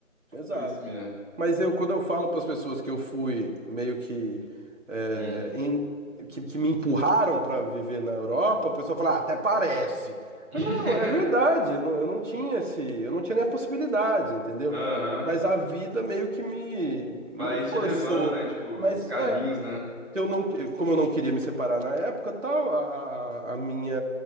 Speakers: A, in the centre; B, on the right (about 60°).
A: Tipo,
B: Exato.
A: isso mesmo.
B: Mas eu, quando eu falo para as pessoas que eu fui meio que, é,
A: Hum.
B: em- que, que me empurraram para viver na Europa, a pessoa fala, ah, até parece. Eu
A: <laughs>
B: falo, não, é verdade, eu não, eu não tinha esse, eu não tinha nem a possibilidade, entendeu?
A: Aham.
B: Mas a vida meio que me, não
A: vai te
B: forçou,
A: levando, né? Tipo,
B: mas
A: os caminhos,
B: é,
A: né?
B: que eu não, como eu não queria me separar na época, tal, a, a a minha,